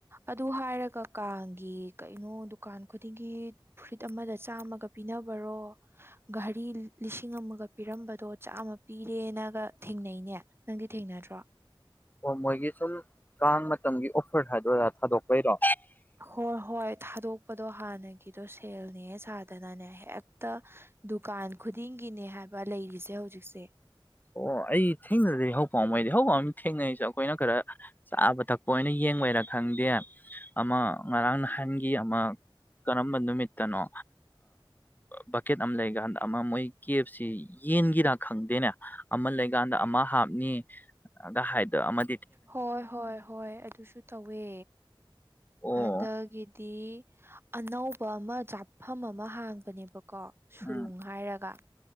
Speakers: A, on the right (about 25°); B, on the left (about 20°).
A: ꯑꯗꯨ ꯍꯥꯏꯔꯒ ꯀꯥꯡꯒꯤ ꯀꯩꯅꯣ ꯗꯨꯀꯥꯟ ꯈꯨꯗꯤꯡꯒꯤ ꯐꯨꯔꯤꯠ ꯑꯃꯗ ꯆꯥꯝꯃꯒ ꯄꯤꯅꯕꯔꯣ ꯘꯔꯤ ꯂꯤꯁꯤꯡ ꯑꯃꯒ ꯄꯤꯔꯝꯕꯗꯣ ꯆꯥꯝꯃ ꯄꯤꯔꯦꯅꯒ ꯊꯦꯡꯅꯩꯅꯦ ꯅꯪꯗꯤ ꯊꯦꯡꯅꯗ꯭ꯔꯣ
B: ꯑꯣ ꯃꯣꯏꯒꯤ ꯁꯨꯝ ꯀꯥꯡ ꯃꯇꯝꯒꯤ ꯑꯣꯐꯔ ꯍꯥꯏꯗꯔꯥ ꯊꯥꯗꯣꯛꯄꯩꯔꯣ
A: ꯍꯣꯏ ꯍꯣꯏ ꯊꯥꯗꯣꯛꯄꯗꯣ ꯍꯥꯟꯅꯒꯤꯗꯣ ꯁꯦꯜꯅꯦ ꯁꯥꯗꯅꯅꯦ ꯍꯦꯛꯇ ꯗꯨꯀꯥꯟ ꯈꯨꯗꯤꯡꯒꯤꯅꯦ ꯍꯥꯏꯕ ꯂꯩꯔꯤꯁꯦ ꯍꯧꯖꯤꯛꯁꯦ
B: ꯑꯣ ꯑꯩ ꯊꯦꯡꯅꯗ꯭ꯔꯗꯤ ꯍꯧ ꯄꯝꯃꯩꯗꯤ ꯍꯧ ꯄꯥꯝ ꯊꯦꯡꯅꯔꯤꯁꯦ ꯑꯩꯈꯣꯏꯅ ꯈꯔ ꯆꯥꯕ ꯊꯛꯄ ꯑꯣꯏꯅ ꯌꯦꯡꯕꯏꯔ ꯈꯪꯗꯦ ꯑꯃ ꯉꯔꯥꯡ ꯅꯍꯥꯟꯒꯤ ꯑꯃ ꯀꯔꯝꯕ ꯅꯨꯃꯤꯠꯇꯅꯣ ꯕꯛꯀꯦꯠ ꯑꯃ ꯂꯩꯀꯥꯟꯗ ꯑꯃ ꯃꯣꯏ ꯀꯦꯞꯁꯤ ꯌꯦꯟꯒꯤꯔꯥ ꯈꯪꯗꯦꯅꯦ ꯑꯃ ꯂꯩꯀꯥꯟꯗ ꯑꯃ ꯍꯥꯞꯅꯤ ꯀ ꯍꯥꯏꯗ ꯑꯃ
A: ꯍꯣꯏ ꯍꯣꯏ ꯍꯣꯏ ꯑꯗꯨꯁꯨ ꯇꯧꯋꯦ
B: ꯑꯣ
A: ꯑꯗꯒꯤꯗꯤ ꯑꯅꯧꯕ ꯑꯃ ꯆꯥꯐꯝ ꯑꯃ ꯍꯥꯡꯕꯅꯦꯕꯀꯣ ꯁꯨꯔꯨꯡ
B: ꯎꯝ
A: ꯍꯥꯏꯔꯒ